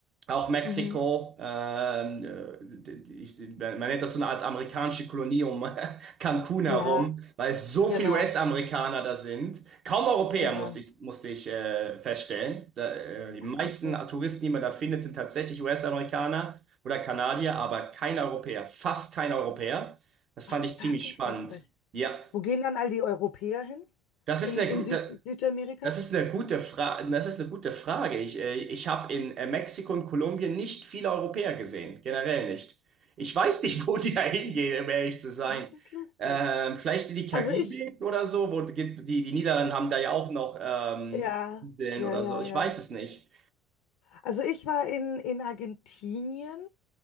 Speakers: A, on the right (about 50°); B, on the left (about 70°).
A: Auch Mexiko,
B: Mhm.
A: ähm, äh, ich, man nennt das so eine Art amerikanische Kolonie um <laughs> Cancun
B: Ja,
A: herum, weil es so
B: genau,
A: viele US-Amerikaner da sind. Kaum Europäer,
B: genau.
A: musste ich, musste ich äh, feststellen. Da, äh, die
B: Ach,
A: meisten
B: lustig.
A: Touristen, die man da findet, sind tatsächlich US-Amerikaner oder Kanadier, aber kein Europäer, fast kein Europäer. Das
B: Ach,
A: fand ich ziemlich
B: das ist
A: spannend.
B: lustig.
A: Ja,
B: Wo gehen dann all die Europäer hin?
A: das ist
B: In,
A: eine
B: in
A: gute.
B: Süd Südamerika?
A: Das ist eine gute Fra das ist eine gute Frage. Ich, äh, ich habe in äh, Mexiko und Kolumbien nicht viele Europäer gesehen, generell nicht. Ich weiß nicht, <laughs> wo die da hingehen, um ehrlich zu sein.
B: Das ist lustig.
A: Ähm, vielleicht in die Karibik
B: Also ich,
A: oder so, wo die, die die Niederlande haben da ja auch noch ähm,
B: ja,
A: Inseln
B: ja,
A: oder
B: ja,
A: so. Ich
B: ja.
A: weiß es nicht.
B: Also ich war in, in Argentinien